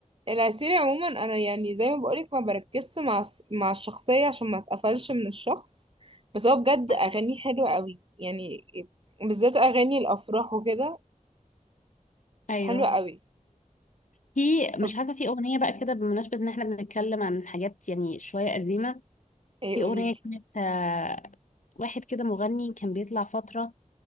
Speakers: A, on the right (about 40°); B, on the left (about 65°).
A: العسيل عموما انا يعني زي ما بقولك ما بركزش مع الس- مع الشخصيه عشان ما اتقفلش من الشخص بس هو بجد
B: صح
A: اغانيه حلوه قوي يعني بالذات اغاني الافراح وكده
B: ايوه
A: حلوه قوي
B: في مش
A: طب
B: عارفة في أغنية بقى كده بمناسبة إن إحنا بنتكلم عن حاجات يعني شوية قديمة
A: ايه
B: في
A: قوليلي
B: أغنية كانت آه، واحد كده مغني كان بيطلع فترة